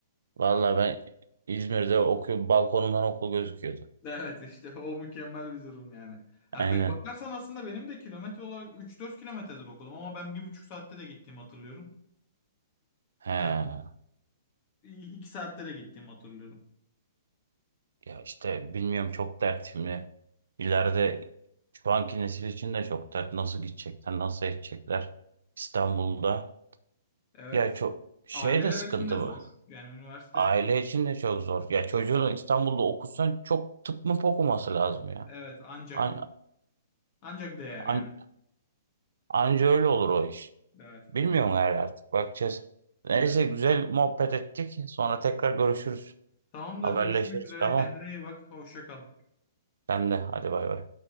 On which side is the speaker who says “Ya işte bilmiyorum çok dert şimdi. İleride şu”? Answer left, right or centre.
Right